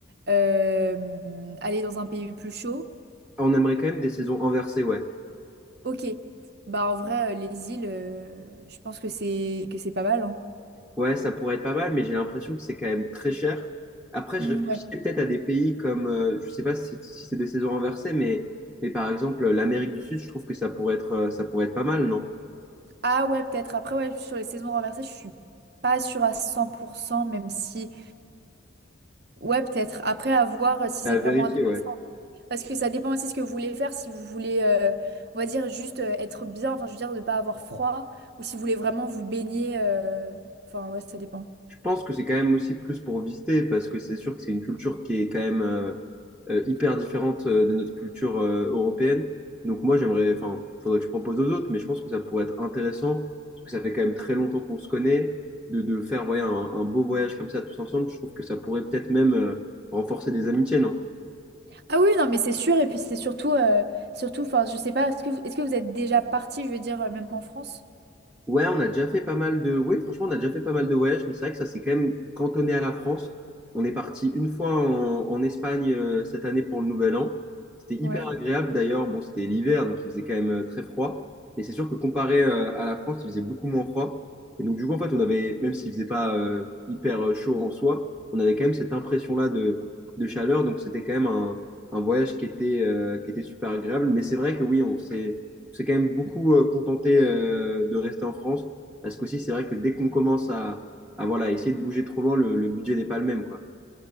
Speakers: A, on the right; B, in the centre.
A: euh, aller dans un pays plus chaud?
B: On aimerait quand même des saisons inversées, ouais.
A: Ok. Bah en vrai, euh, les îles, euh, je pense que c'est que c'est pas mal, hein.
B: Ouais, ça pourrait être pas mal, mais j'ai l'impression que c'est quand même très cher. Après,
A: Hmm,
B: je réfléchissais
A: ouais.
B: peut-être à des pays comme, euh, je sais pas si, si c'est des saisons inversées, mais, mais par exemple l'Amérique du Sud, je trouve que ça pourrait être, euh, ça pourrait être pas mal, non?
A: Ah ouais, peut-être. Après, ouais, sur les saisons renversées, je suis pas sûre à 100% même si. Ouais, peut-être. Après, à voir euh, si
B: À
A: c'est vraiment
B: vérifier, ouais.
A: Parce que ça dépend aussi ce que vous voulez faire, si vous voulez, euh, on va dire, juste euh, être bien, enfin, je veux dire, ne pas avoir froid, ou si vous voulez vraiment vous baigner, euh, enfin, ouais, ça dépend.
B: Je pense que c'est quand même aussi plus pour visiter, parce que c'est sûr que c'est une culture qui est quand même, euh, euh, hyper différente euh, de notre culture euh, européenne. Donc moi, j'aimerais, enfin, faudrait que je propose aux autres, mais je pense que ça pourrait être intéressant, parce que ça fait quand même très longtemps qu'on se connaît, de, de faire voyez, un, un beau voyage comme ça tous ensemble. Je trouve que ça pourrait peut-être même euh, renforcer des amitiés, non?
A: Ah oui, non, mais c'est sûr, et puis c'est surtout, euh, surtout, enfin, je sais pas, est-ce que vous, est-ce que vous êtes déjà parti, je veux dire, euh, même en France?
B: Ouais, on a déjà fait pas mal de... Oui, franchement, on a déjà fait pas mal de voyages, mais c'est vrai que ça s'est quand même cantonné à la France. On est parti une fois en, en Espagne euh, cette année pour le Nouvel An. C'était
A: Ouais.
B: hyper agréable d'ailleurs. Bon, c'était l'hiver, donc il faisait quand même euh, très froid. Et c'est sûr que comparé euh, à la France, il faisait beaucoup moins froid. Et donc du coup, en fait, on avait, même s'il faisait pas euh, hyper euh, chaud en soi, on avait quand même cette impression-là de, de chaleur. Donc c'était quand même un, un voyage qui était, euh, qui était super agréable. Mais c'est vrai que oui, on s'est c'est quand même beaucoup euh, contenté euh, de rester en France parce qu'aussi, c'est vrai que dès qu'on commence à, à voilà, essayer de bouger trop loin, le, le budget n'est pas le même, quoi.